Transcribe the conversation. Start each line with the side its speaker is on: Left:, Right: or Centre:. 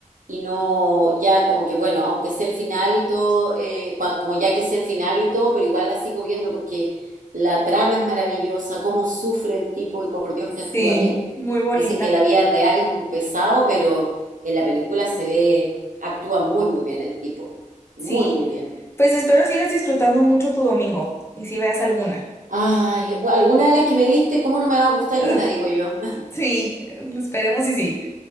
Right: y no, ya como que bueno, aunque sé el final y todo, eh, cua- como ya que sé el final y todo, pero igual la sigo viendo porque la trama es maravillosa, cómo sufre el tipo y por Dios que actúa
Left: sí,
Right: bien.
Left: muy bonita.
Right: Dicen que en la vida real es un pesado, pero en la película se ve, actúa muy, muy bien el tipo,
Left: Sí,
Right: muy, muy bien.
Left: pues espero sigas disfrutando mucho tu domingo y si veas alguna.
Right: Ay, alguna de las que me diste, ¿cómo no me va a gustar
Left: Eh,
Right: una, digo yo?
Left: sí, esperemos y sí.